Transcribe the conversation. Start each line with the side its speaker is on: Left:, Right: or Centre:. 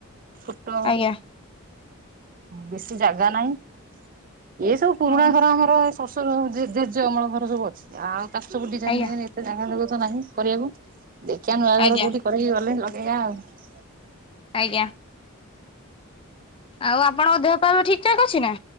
Right: ଟୋ
Left: ଆଜ୍ଞା
Right: ବେଶୀ ଜାଗା ନାହିଁ। ଏ ସବୁ ପୁରୁଣା
Left: ହଁ
Right: ଘର ଆମର ଶଶୁର ଜେଜେ ଅମଳ ଘର ସବୁ ଅଛି। ଆଉ <unintelligible>
Left: ଆଜ୍ଞା
Right: ଏତେ ଜାଗା ଜାଗା ତ ନାହିଁ କରିବାକୁ। ଦେଖିବା ନୂଆ
Left: ଆଜ୍ଞା
Right: ଘର କୋଉଠି କରକି ଗଲେ। <unintelligible>
Left: ଆଜ୍ଞା। ଆଉ ଆପଣଙ୍କ ଦେହ ପା ଠିକ୍ ଠାକ୍ ଅଛି ନା?